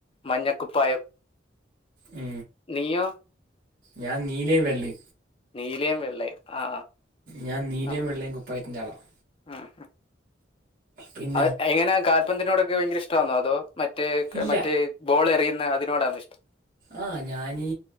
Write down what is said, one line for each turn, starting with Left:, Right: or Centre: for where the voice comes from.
Left: മഞ്ഞക്കുപ്പായം
Right: ഉ
Left: നിയോ
Right: ഞാൻ നീലിയം വെള്ളി
Left: നീലയും വെള്ളയും ആ
Right: ഞാൻ നീലയും
Left: നമ്മ-
Right: വെള്ളയും കുപ്പായത്തിന്റെ ആളാണ്
Left: ഉം
Right: പിന്നെ
Left: അ എങ്ങനെ കാൽപ്പതിനോടൊക്കെ ഭയങ്കര ഇഷ്ടമാണോ അതോ മറ്റേ
Right: ഇല്ല
Left: മറ്റേ ബോൾ എറിയുന്ന അതിനോടാണോ ഇഷ്ടം
Right: ആ ഞാനീ